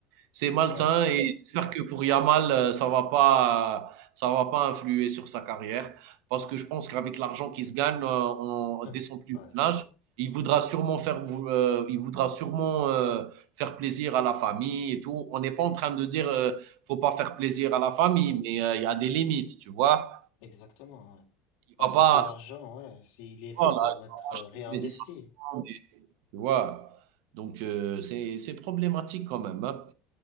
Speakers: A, on the right; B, on the left.
A: C'est malsain
B: ouais,
A: et
B: ouais.
A: j'espère que pour Yamal, euh, ça va pas, euh, ça va pas influer sur sa carrière parce que je pense qu'avec l'argent qu'il se gagne euh, en-
B: <laughs>
A: dès son plus
B: Ouais.
A: jeune âge, il voudra sûrement faire, euh, il voudra sûrement euh, faire plaisir à la famille et tout. On n'est pas en train de dire euh, faut pas faire plaisir à la famille, mais euh, il euh, y a des limites, tu vois.
B: Exactement, ouais.
A: Il
B: Parce
A: va pas,
B: que l'argent, ouais, c'est- il est fait
A: voilà,
B: pour être
A: acheter
B: euh, réinvesti.
A: une maison, des tu vois? Donc heu, c'est c'est problématique quand même, hein.